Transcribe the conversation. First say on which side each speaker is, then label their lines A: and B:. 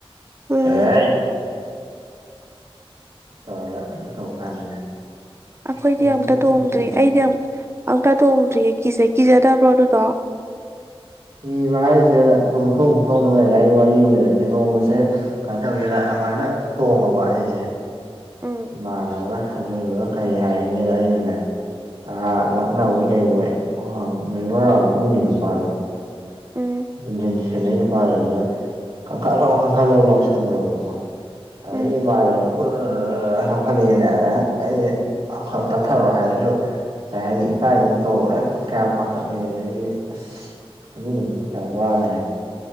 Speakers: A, on the right (about 25°); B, on the right (about 60°).
A: ꯎꯝ
B: ꯍꯦꯑꯥꯏꯠ ꯇꯧꯔꯒ ꯇꯧ ꯀꯥꯟꯗꯅꯦ
A: ꯑꯈꯣꯏꯗꯤ
B: ꯇꯣꯝꯕꯤꯌꯨ
A: ꯑꯃꯝꯇꯥ ꯇꯣꯡꯗ꯭ꯔꯤ
B: ꯇꯣꯝꯕꯤꯌꯨ
A: ꯑꯩꯗꯤ
B: ꯍꯥꯏ
A: ꯑꯝ ꯑꯝꯇꯥ ꯇꯣꯡꯗ꯭ꯔꯤꯌꯦ ꯀꯖꯩ ꯀꯤꯖꯗꯕ꯭ꯔꯣ ꯑꯗꯨꯗꯣ
B: ꯊꯤꯕ ꯍꯥꯏꯔꯤꯁꯦꯅ ꯈꯨ ꯊꯣꯡ ꯈꯨ ꯊꯣꯡꯗ ꯂꯩꯔꯦ ꯑꯩ ꯋꯥꯔꯤ ꯑꯃ ꯂꯤꯔꯛꯀꯦ ꯅꯣꯡꯃꯁꯦ ꯀꯃꯥꯏꯅꯟ ꯇꯧꯒꯦꯗ ꯑꯗꯨꯃꯥꯏꯅ ꯇꯣꯡꯉꯕ ꯑꯩꯖꯦ
A: ꯎꯝ
B: ꯏꯃꯥꯟꯅꯕꯒ ꯑꯗꯨꯗꯨꯒ ꯀꯔꯤ ꯍꯥꯏꯔꯤꯒꯦꯗ ꯑꯩꯅꯅꯦ ꯑꯥ ꯂꯛꯅꯕꯣꯏ ꯍꯩꯕꯣꯏ <unintelligible> ꯃꯦꯔꯤꯒꯣꯟ ꯔꯥꯎꯟꯗ ꯎꯡꯉꯤ ꯅꯨꯄꯥꯗꯣ
A: ꯎꯝ
B: ꯏꯟꯖꯤꯟ ꯁꯦꯟꯅꯩ ꯅꯨꯄꯥ <unintelligible> ꯀꯟꯈꯠꯂꯣ ꯀꯟꯈꯠꯂꯣ ꯂꯥꯎꯁꯜꯂꯨꯔꯕ ꯑꯗꯩꯗꯤ
A: ꯎꯝ
B: <unintelligible> <unintelligible> ꯇꯞꯊꯔꯣ ꯍꯥꯏꯕꯁꯨ ꯀꯩ ꯍꯥꯏꯅꯤ ꯏꯀꯥꯏꯒꯨꯝ ꯇꯧ ꯑꯁ ꯀꯌꯥꯝ ꯄꯥꯈꯠꯂꯤ ꯑꯗꯩꯗꯤ ꯑꯁ ꯑꯗꯨ ꯅꯨꯃꯤꯠꯇꯨ ꯀꯌꯥꯝ ꯋꯥꯈ꯭ꯔꯦ